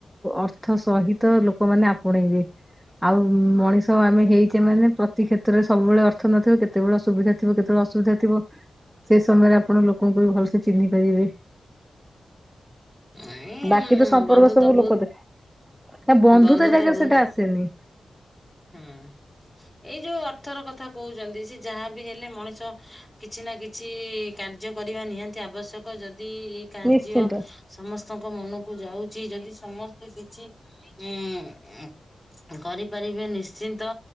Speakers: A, in the centre; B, on the left (about 20°).
A: ଅର୍ଥ ସହିତ ଲୋକମାନୋନ ଆପଣେଇବେ। ଆଉ ମଣିଷ ଆମେ ହେଇଚେ ମାନେ ପ୍ରତି କ୍ଷେତ୍ରରେ ସବୁବେଳେ ଅର୍ଥ ନଥିବ କେତେବେଳେ ଅସୁବିଧା ଥିବ କେତେବେଳେ ଅସୁବିଧା ଥିବ। ସେଇ ସମୟରେ ଆପଣ ଲୋକଙ୍କୁ ବି ଭଲସେ ଚିହ୍ନି ପାରିବେ।
B: ଏଇ
A: ବାକି ତ ସମ୍ପର୍କ
B: ବନ୍ଧୁ
A: ସବୁ
B: ତ ବହୁତ
A: ଲୋକ ଦେଖ, ନା ବନ୍ଧୁତା
B: ବନ୍ଧୁ
A: ଜାଗାରେ
B: ତ ବହୁତ
A: ସେଇଟା ଆସେନି।
B: ହୁଁ। ଏଇ ଯୋଉ ଅର୍ଥର କଥା କହୁଛନ୍ତି ସେ ଯାହା ବିି ହେଲେ ମଣିଷ କିଛି ନା କିଛି କାର୍ଯ୍ୟ କରିବା ନିହାତି ଆବଶ୍ୟକ। ଯଦି ଏଇ କାର୍ଯ୍ୟ
A: ନିଶ୍ଚିନ୍ତ।
B: ସମସ୍ତଙ୍କ ମନକୁ ଯାଉଚି ଯଦି ସମସ୍ତେ କିଛି ଉ କରିପାରିବେ, ନିଶ୍ଚିନ୍ତ